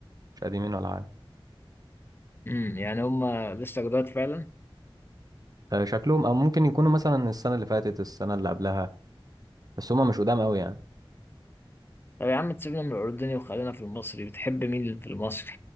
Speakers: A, on the right; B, on the left.
A: مش قديمين ولا حاجة
B: امم يعني هم لسه جداد فعلا
A: آه شكلهم أو ممكن يكونوا مثلا السنة اللي فاتت السنة اللي قبلها بس هما مش قدام قوي يعني
B: طب يا عم تسيبنا من الأردني وخلينا في المصري بتحب مين في المصري؟